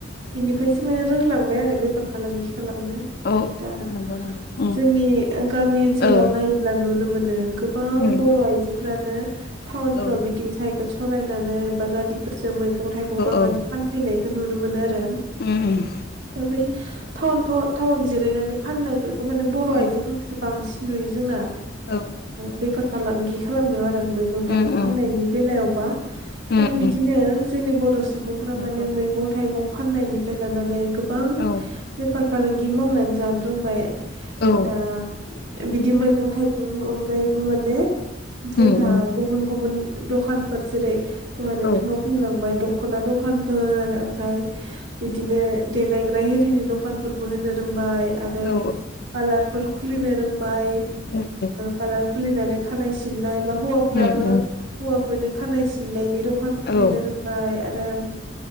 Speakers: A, on the right (about 75°); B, on the left (about 55°).
A: बिनिफ्रायसो माने रोंलांबाय आरो बेफार फालांगि खालामनो
B: औ
A: दा
B: नंगौ नंगौ उम
A: जोंनि गामि ओनसोलाव
B: औ
A: नायोब्ला नुनो मोनो गोबां गोबां
B: उम
A: बर' आइजोफ्रानो टाउनफ्राव
B: औ
A: बिदि साइकेल सालायनानै बा गारिफोरजों मैगं थाइगं लांनानै
B: औ
A: फानफैनायखौ नुनो मोनो आरो
B: <unintelligible>
A: दा बै टाउन टाउन जिरायनानै फाननायफोरखौ माने बर'
B: औ
A: आइजोफोरखौ खौसो बांसिन नुयो जोंना
B: औ
A: बेफार फालांगि खालामनायाव आरो मैगं थाइगं
B: उम उम
A: फाननायनि बेलायावबा
B: उम
A: दा बिदिनो
B: उम
A: जोंनि बर' सुबुंफ्रा
B: नंगौ
A: माने मैगं थाइगं फाननायनिफ्राय लानानै गोबां
B: औ
A: बेफार फालांगि मावनानै जानो रोंबाय
B: औ
A: दा बिदि मैगं थाइगंनि अनगायैबो माने जोंहा
B: उम उम
A: गुबुन गुबुन दखानफोर जेरै दहाय नोंथाङा
B: औ उम
A: बुंलांबाय दख'ना दखानफोर ओमफ्राय बिदिनो देलायग्रा हिरिनि दखानफोरबो होनो रोंबाय आरो
B: औ
A: पार्लारफोर खुलिनो रोंबाय
B: उम उम
A: पार्लार खुलिनानै खानाय सिननाय बा हौवाफ्राबो
B: उम उम
A: हौवाफोरनि खानाय सिननायनि र दखान
B: औ
A: खुलिनो
B: औ उम
A: रोंबाय आरो